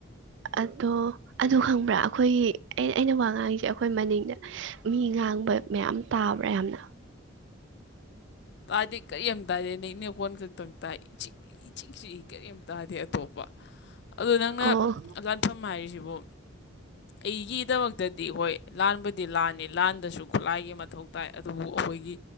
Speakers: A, on the right; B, on the left.
A: ꯑꯗꯣ ꯑꯗꯨ ꯈꯪꯕ꯭ꯔꯥ ꯑꯩꯈꯣꯏꯒꯤ ꯑꯩꯅ ꯋꯥ ꯉꯥꯡꯉꯁꯦ ꯑꯩꯈꯣꯏ ꯃꯅꯤꯡꯗ ꯃꯤ ꯉꯥꯡꯕ ꯃꯌꯥꯝ ꯇꯥꯕ꯭ꯔꯥ ꯌꯥꯝꯅ
B: ꯇꯥꯗꯦ ꯀꯔꯤꯝ ꯇꯥꯗꯦ ꯅꯪ ꯈꯣꯟ ꯈꯛꯇꯪ ꯇꯥꯏ ꯏꯤꯛ ꯏ ꯆꯤꯛ ꯆꯤꯏ ꯀꯔꯤꯝ ꯇꯥꯗꯦ ꯇꯣꯛꯄ ꯑꯗꯨ ꯅꯪꯅ
A: ꯑꯣ
B: ꯂꯥꯟꯐꯝ ꯍꯥꯏꯔꯤꯁꯤꯕꯨ ꯑꯩꯒꯤꯗꯃꯛꯇꯗꯤ ꯍꯣꯏ ꯂꯥꯟꯕꯗꯤ ꯂꯥꯟꯅꯤ ꯂꯥꯟꯗꯁꯨ ꯈꯨꯠꯂꯥꯏꯒꯤ ꯃꯊꯧ ꯇꯥꯏ ꯑꯗꯨꯕꯨ ꯑꯩꯈꯣꯏꯒꯤ